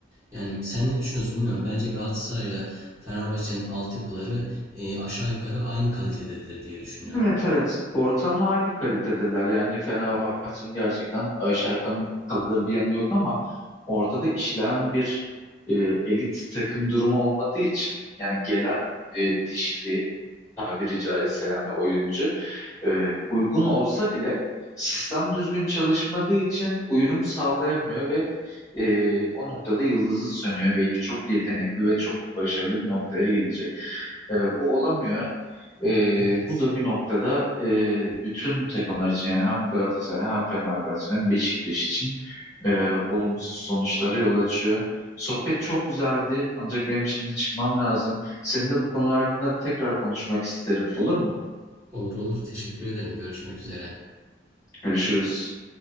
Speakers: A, on the right; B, on the left.
A: Yani sen ne düşünüyorsun bilmiyorum. Bence Galatasaray'la Fenerbahçe'nin altyapıları e, aşağı yukarı aynı kalitededir diye düşünüyorum.
B: Evet evet ortalama aynı kalitedeler yani Fenerbahçe'nin gerçekten aşağı kal- kalır bir yanı yok ama ortada işleyen bir e, elit takım durumu olmadığı için yani gelen e, dişli tabiri caizse yani oyuncu e, uygun olsa bile sistem düzgün çalışmadığı için uyum sağlayamıyor ve e, o noktada yıldızı sönüyor. Belki çok yetenekli ve çok başarılı bir noktaya gelecek. E, bu olamıyor. Ee,
A: Evet.
B: bu da bir noktada e, bütün takımlar için yani hem Galatasaray hem Fenerbahçe hem Beşiktaş için e, olumsuz sonuçlara yol açıyor. Sohbet çok güzeldi ancak benim şimdi çıkmam lazım. Seninle bu konular hakkında tekrar konuşmak isterim. Olur mu?
A: Olur olur. Teşekkür ederim. Görüşmek üzere.
B: Görüşürüz.